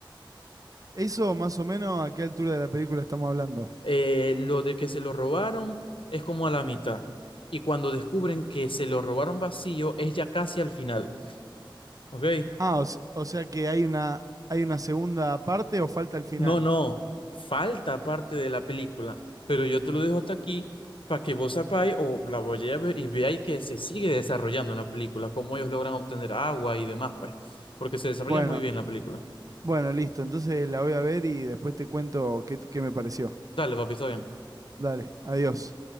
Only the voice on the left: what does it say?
Eh, lo de que se lo robaron es como a la mitad. Y cuando descubren que se lo robaron vacío, es ya casi al final. ¿Ok?
No, no. Falta parte de la película. Pero yo te lo dejo hasta aquí para que vos sepáis o la vayáis a ver y veáis que se sigue desarrollando en la película, cómo ellos logran obtener agua y demás, pues porque se desarrolla
muy bien la película.
Dale, papi, está bien.